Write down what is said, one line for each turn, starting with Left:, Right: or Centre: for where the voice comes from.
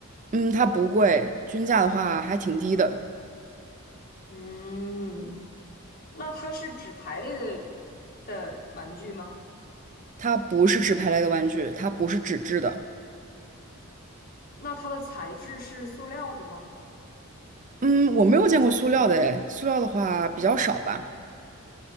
Right: 嗯，它不贵，均价的话还挺低的。
Left: 嗯，那它是纸牌类的的玩具吗？
Right: 它不是纸牌类的玩具，它不是纸质的。
Left: 那它的材质是塑料的吗？
Right: 嗯，我没有见过塑料的诶，塑料的话比较少吧。